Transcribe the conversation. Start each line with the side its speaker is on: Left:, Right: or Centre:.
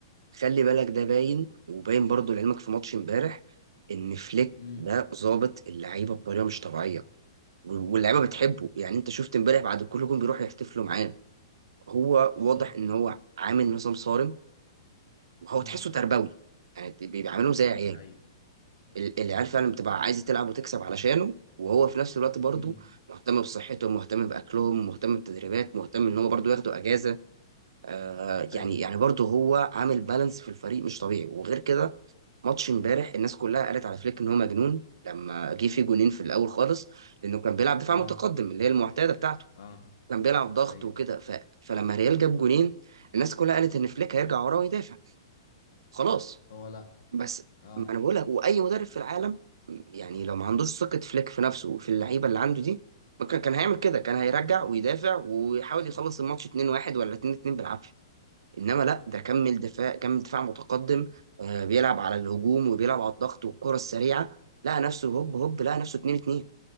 Right: خلي بالك ده باين وباين برضو لعلمك في ماتش امبارح ان فليك
Left: امم
Right: ده ظابط اللعيبه بطريقه مش طبيعيه واللعيبه
Left: اه
Right: بتحبه يعني انت شفت امبارح بعد كل جون بيروحوا يحتفلوا معاه هو
Left: بالظبط
Right: واضح ان هو عامل نظام صارم وهو
Left: امم
Right: تحسه تربوي يعني ت- بيبقى عاملهم زي عياله
Left: ايوه
Right: ال- العيال فعلا بتبقى عايزه تلعب وتكسب علشانه وهو في نفس الوقت برضه
Left: امم
Right: مهتم بصحتهم مهتم باكلهم مهتم بالتدريبات مهتم ان هو برضه ياخدوا اجازه آه
Left: ايوه
Right: يعني يعني برضه هو عامل بالانس في الفريق مش طبيعي وغير كده ماتش امبارح الناس كلها قالت على فليك ان هو مجنون لما جه فيه جونين في الاول خالص لانه كان بيلعب دفاع
Left: اه
Right: متقدم اللي هي المعتاده بتاعته
Left: اه
Right: كان بيلعب ضغط
Left: ايوه
Right: وكده ف... فلما ريال جاب جونين الناس كلها قالت ان فليك هيرجع وراه ويدافع خلاص
Left: هو لا
Right: بس
Left: اه
Right: ما انا بقول لك واي مدرب في العالم يعني لو ما عندوش ثقة فليك في نفسه وفي اللعيبة اللي عنده دي ما كان كان هيعمل كده كان هيرجع ويدافع ويحاول يخلص الماتش 2-1 ولا 2-2 بالعافية انما لا ده كمل دفاع كمل دفاع متقدم آه بيلعب على الهجوم وبيلعب على الضغط والكرة السريعة لقى نفسه هوب هوب لقى نفسه 2-2